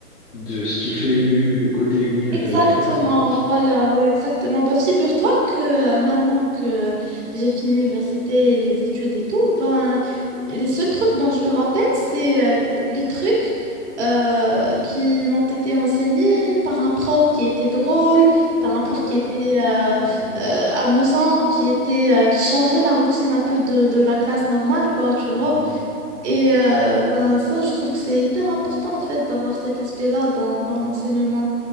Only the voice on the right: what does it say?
Exactement,
voilà, ouais, exactement. Bah, figure-toi que euh, maintenant que j'ai fini l'université, les études et tout, ben, les seuls trucs dont je me rappelle, c'est euh, les trucs euh, qui m'ont été enseignés par un prof qui était drôle, par un
prof
qui était euh,
euh, amusant, qui était euh, qui changeait la routine un peu de, de la classe normale, quoi, tu
vois. Et euh, ben, ça, je trouve que c'est hyper important, en fait, d'avoir cet aspect-là dans, dans l'enseignement.